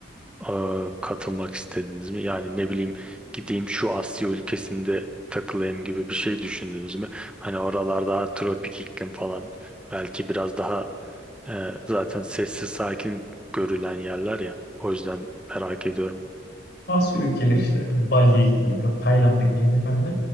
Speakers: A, in the centre; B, on the left (about 60°).
A: e, katılmak istediniz mi? Yani ne bileyim gideyim şu Asya ülkesinde takılayım gibi bir şey düşündünüz mü? Hani oralar daha tropik iklim falan belki biraz daha e, zaten sessiz sakin görülen yerler ya. O yüzden merak ediyorum.
B: Asya ülkeleri işte Bali'ye gideyim yok Tayland'a gideyim bilmem ne.